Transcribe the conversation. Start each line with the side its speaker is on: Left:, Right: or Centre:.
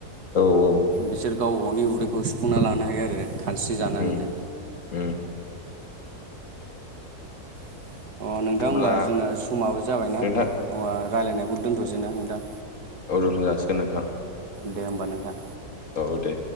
Left: औ औ
Right: बिसोर गाव गावनि उदैखौ सुफुंना लानो हायो आरो खानस्रि जानानैनो
Left: उम उम
Right: <inaudible> अ नोंथां
Left: अब्ला
Right: होमबा जोंना समाबो जाबायनाबा
Left: नोंथां
Right: रायज्लायनायखौ दोनथ'सै ना नोंथां
Left: अदुनथ जासिगोन नोंथां
Right: दे होमबा नोंथां
Left: औ दे